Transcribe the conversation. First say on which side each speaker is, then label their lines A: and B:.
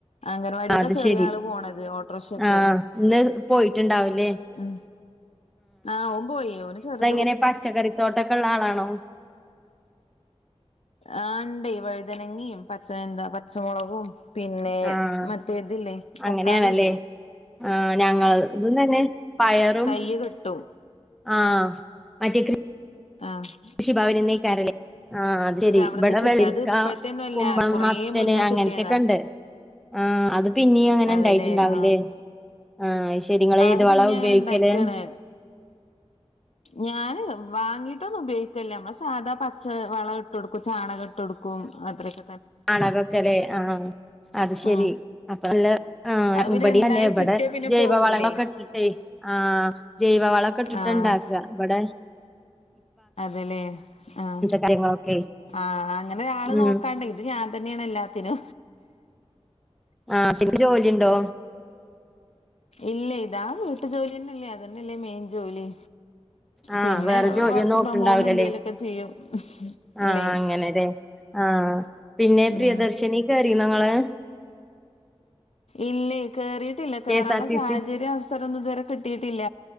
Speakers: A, on the left; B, in the centre.
A: അംഗൻവാടിക്ക
B: അത്
A: ചെറിയ
B: ശരി
A: ആള് പോണത് ഓട്ടോറിക്ഷക്ക്
B: ആഹ് ഇന്ന് പോയിട്ടുണ്ടാവൂലേ
A: ഉം ആഹ് ഓൻ പോയി ഓന് ചെറു
B: എങ്ങനെ പച്ചക്കറിത്തോട്ടൊക്കെ ഒള്ള ആളാണോ
A: ആഹ് ഇണ്ട് വഴുതനങ്ങിയും പച്ച എന്താ പച്ചമുളകും പിന്നെ
B: ആഹ്
A: മറ്റേതില്ലേ
B: അങ്ങനെയാണല്ലേ
A: തക്കാളിയിണ്ട്
B: ആഹ് ഞങ്ങളതും തന്നെ പയറും
A: തയ്യ് കിട്ടും
B: ആഹ് മറ്റേ കൃ
A: ആഹ്
B: ഷിഭവനിന്ന് അയ്ക്കാരല്ലേ ആഹ് അത് ശരി
A: അവിടുന്ന്
B: ഇവിടെ
A: കിട്ടും
B: വെള്ളരിക്ക,
A: അത് ഇപ്പഴത്തെയൊന്നും അല്ല
B: കുമ്പളം,
A: കൊറേ
B: മത്തന്
A: മുന്നേ
B: അങ്ങനത്തെക്കെണ്ട്
A: കിട്ടിയതാ
B: ണ്ട്. ആഹ് അത് പിന്നിം അങ്ങനെ
A: അതെല്ലേ
B: ഇണ്ടായിട്ട്ണ്ടാവുലേ.
A: ആഹ്
B: ആഹ് അയ് ശരി. ഇങ്ങളേത്
A: അത്
B: വളാ
A: പിന്നെ
B: ഉപയോയ്ക്കല്?
A: അങ്ങനെ ഇണ്ടായിക്കാണ് ഞാന് വാങ്ങീട്ടൊന്നും ഉപയോഗിക്കൽല്ല. നമ്മളെ സാധാ പച്ച വള ട്ടൊട്ക്കും. ചാണക ട്ട് കൊടുക്കും. അത്രൊക്ക
B: ചാണകൊക്കെ ലേ. ആഹ്. അത് ശെരി.
A: ഉം
B: അപ്പൊ നല്ല ആഹ്
A: അത് പിന്നെ
B: ഇവടിം.
A: ഇണ്ടായി
B: <unintelligible> ഇവടെ
A: കിട്ടിയ പിന്നെ
B: ജൈവ
A: പോകൂലേ
B: വളങ്ങളൊക്കെ ഇട്ട് ട്ടെയ്. ആഹ് ജൈവവളൊക്കെ ഇട്ടിട്ടാ
A: ആഹ്
B: ഇണ്ടാക്കാ. ഇവടെ
A: അതെല്ലേ ആഹ്.
B: കാര്യങ്ങളൊക്കെ
A: ആഹ് അങ്ങനൊരാള്
B: ഉം
A: നോക്കാൻണ്ടങ്കിൽ ഇത് ഞാൻ തന്നേണ് എല്ലാത്തിനും.
B: ആഹ് <unintelligible> ജോലിണ്ടോ?
A: ഇല്ലെ. ഇതാ വീട്ടു ജോലിയെന്നെല്ലേ അതന്നെല്ലേ മെയിൻ ജോലി.
B: ആഹ്
A: പിന്നെ
B: വേറെ ജോലിയൊന്നും
A: വർക്ക്
B: നോക്ക്ണ്ടാവൂല്ലല്ലേ.
A: ഫ്രം ഹോം എന്തേലുമൊക്കെ ചെയ്യും
B: ആഹ്
A: ഇല്ലേ
B: അങ്ങനെ ലേ. ആഹ് പിന്നെ
A: ഉം
B: പ്രിയദർശിനി കേറീന്നോ ങ്ങള്?
A: ഇല്ലെ. കേറിയിട്ടില്ല
B: കെ
A: കേറാനുള്ള
B: എസ് ആർ ടി
A: സാഹചര്യും
B: സി
A: അവസരൊന്നും ഇതുവരെ കിട്ടീട്ടില്ല.